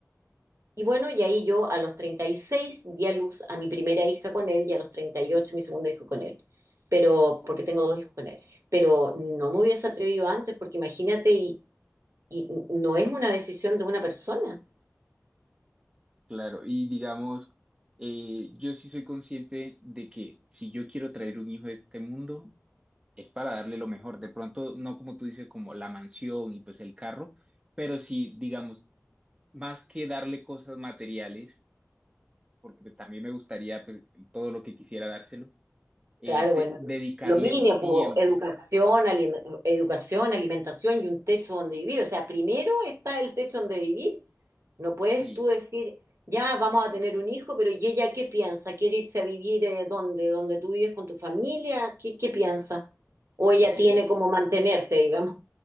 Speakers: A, on the right; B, on the right.
A: Y bueno, y ahí yo a los 36 di a luz a mi primera hija con él y a los 38 mi segundo hijo con él. Pero, porque tengo dos hijos con él. Pero no me hubiese atrevido antes porque imagínate, y, y no es una decisión de una persona.
B: claro. Y digamos, eh, yo sí soy consciente de que si yo quiero traer un hijo a este mundo, es para darle lo mejor. De pronto, no como tú dices, como la mansión y pues el carro, pero sí, digamos, más que darle cosas materiales, porque pues también me gustaría pues todo lo que quisiera dárselo, eh,
A: Claro,
B: te-
A: bueno,
B: dedicarle
A: lo mínimo,
B: tiempo.
A: po, educación, alim- educación, alimentación y un techo donde vivir. O sea, primero está el techo donde vivir. No puedes
B: Sí,
A: tú decir, ya vamos a tener un hijo, pero ¿y ella qué piensa? ¿Quiere irse a vivir eh, dónde? ¿Dónde tú vives con tu familia? ¿Qué, qué piensa? O ella
B: ella.
A: tiene como mantenerte, digamos.